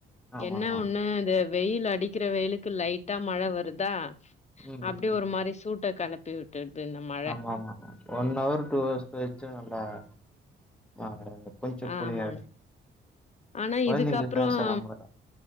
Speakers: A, in the centre; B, on the left.
A: ஆமா
B: என்ன
A: ஆமா
B: ஒண்ணு இது வெயில் அடிக்கிற வெயிலுக்கு லைட்டா மழ வருதா
A: ம்
B: அப்டி
A: ம்
B: ஒரு
A: ம்
B: மாரி சூட்ட கெளப் பிவுட்டுட்து இந்த ம
A: ஆமா ஆமா ஒன் ஹவர் டூ ஹவர்ஸ் பெய்ச்சுனா நல்லா இருக் ஆ கொஞ்சோ
B: அ
A: கூலிங்
B: ஆமா
A: ஆயிரு
B: னா
A: கொழந்தைங்களுக்கு
B: இதுக்கப்றோம்
A: தா சிரமோ வரு